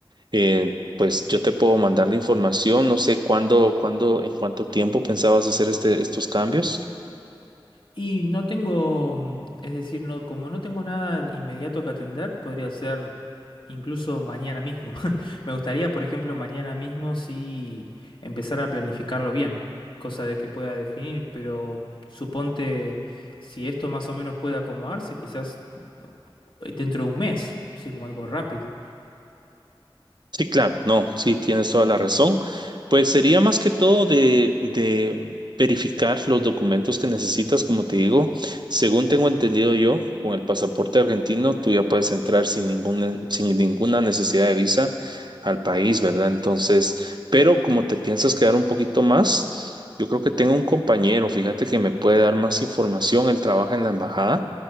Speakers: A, on the right; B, on the left.
A: eh, pues yo te puedo mandar la información, no sé cuándo, cuándo, en cuánto tiempo pensabas hacer este, estos cambios.
B: Y no tengo, mm, es decir, no, como no tengo nada inmediato que atender, podría ser incluso mañana mismo. <laughs> Me gustaría, por ejemplo, mañana mismo sí empezar a planificarlo bien, cosa de que pueda definir, pero suponte si esto más o menos puede acomodarse, quizás eh, dentro de un mes, así como algo rápido.
A: Sí, claro, no, sí, tienes toda la razón. Pues sería más que todo de, de verificar los documentos que necesitas, como te digo. Según tengo entendido yo, con el pasaporte argentino, tú ya puedes entrar sin ninguna, sin ninguna necesidad de visa al país, ¿verdad? Entonces, pero como te piensas quedar un poquito más, yo creo que tengo un compañero, fíjate que me puede dar más información. Él trabaja en la embajada